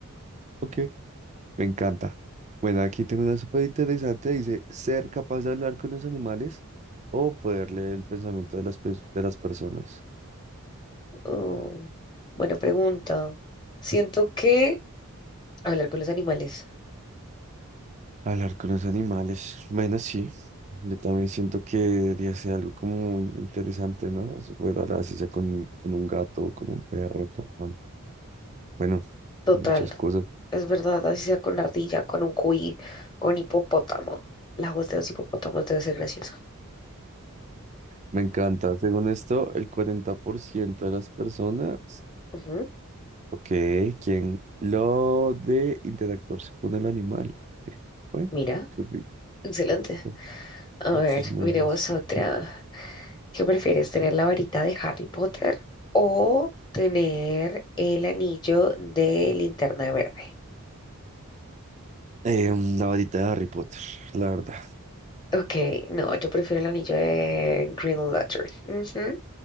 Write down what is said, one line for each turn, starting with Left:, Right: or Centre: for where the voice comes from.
Right: ok, me encanta. Bueno, aquí tengo una súper interesante. Dice, ser capaz de hablar con los animales o poder leer el pensamiento de las, pe- de las personas.
Left: Mm, buena pregunta. Siento que hablar con los animales.
Right: Hablar con los animales. Bueno, sí. Yo también siento que debería ser algo como muy interesante, ¿no? Se puede hablar así sea con, con un gato, con un perro, con, bueno,
Left: Total.
Right: con muchas cosas.
Left: Es verdad, así sea con ardilla, con un cuy, con hipopótamo. La voz de los hipopótamos debe ser graciosa.
Right: Me encanta. Según esto, el 40% de las personas,
Left: Ujú,
Right: ok, ¿quién? Lo de interactuarse con el animal. Ok, Bueno,
Left: Mira,
Right: creo que
Left: excelente.
Right: están
Left: A
Right: más
Left: ver,
Right: chismosos.
Left: miremos otra. ¿Qué prefieres, tener la varita de Harry Potter o tener el anillo de Linterna Verde?
Right: Eh, mm, la varita de Harry Potter, la verdad.
Left: Ok, no, yo prefiero el anillo de Green Lantern. Ujú.